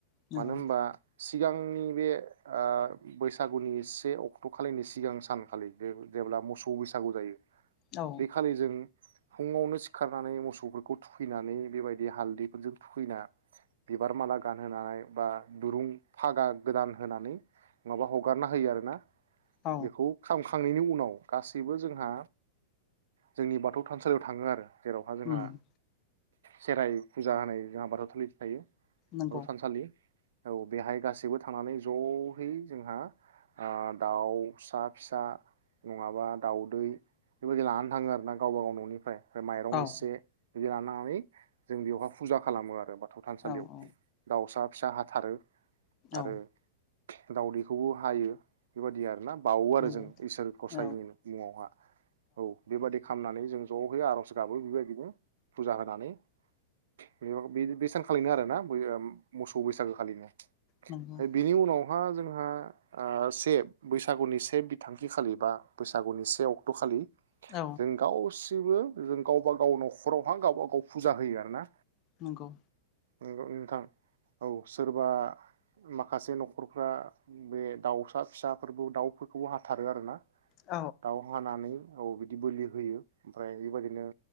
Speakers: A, on the left; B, on the right.
A: नंगौ
B: मानो होमबा सिगांनि बे ओ बैसागुनि से अक्ट' खालिनि सिगां सानखालि बे जेब्ला मोसौ बैसागु जायो
A: औ
B: बे खालि जों फुङावनो सिखारनानै मोसौफोरखौ थुखैनानै बेबायदि हालदैफोरजों थुखैना बिबार माला गानहोनानै बा दुरुं फागा गोदान होनानै माबा हगारना होयो आर ना
A: औ
B: बेखौ खामखा थांनायनि उनाव गासैबो जोंहा जोंनि बाथौ थानसालियाव थाङो आरो जेरावहा जोंहा
A: उम
B: खेराइ फुजा होनाय जोंहा बाथौ थालि खिथायो
A: नंगौ
B: ब सानसालि औ बेहाय गासैबो थांनानै जहै जोंहा ओ दाउसा फिसा नङाबा दाउदै बेबायादि लानानै थाङो आरना गावबा गाव न'निफ्राय फ्राय माइरं
A: औ
B: इसे बिदि लानानानै जों बेवहा फुजा खालामो आरो बा थौ थानसालियाव
A: औ औ
B: दाउसा फिसा हाथारो आरो
A: औ
B: दावदैखौबो हायो बेबायदि आरोना बावो आरो
A: नंगौ
B: जों इसोर गसाइनि
A: औ
B: मुङावहा औ बेबादि खामनानै जों ज' होइ आर'ज गाबो बेबायदिनो फुजा होनानै <unintelligible> बेसानखालिनो आरोना बै ओ मोसौ बैसागो खालिनो
A: नंगौ
B: फाय बिनि उनाव हा जोंहा ओ से बैसागुनि से बिथांखि खालि बा बैसागुनि से अक्ट' खालि
A: औ
B: जों गावस सिबो जों गावबा गाव न'खरावहा गावबा गाव फुजा होयो आरो ना
A: नंगौ
B: नंगौ नोंथां औ सोरबा माखासे न'खरफ्रा बे दाउसा फिसाफोरखौ दाउफोरखौबो हाथारो आरो ना
A: औ
B: दाउ हानानै औ बिदि बोलि होयो ओमफ्राय बेबायदिनो